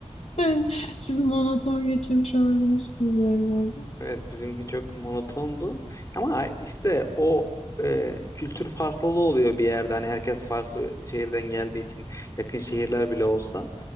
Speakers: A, on the left; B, on the left.
A: <laughs> Siz monoton geçirmiş olabilirsiniz evlerde.
B: evet bizimki çok monotondu ama işte o e, kültür farklılığı oluyor bir yerde hani herkes farklı şehirden geldiği için yakın şehirler bile olsa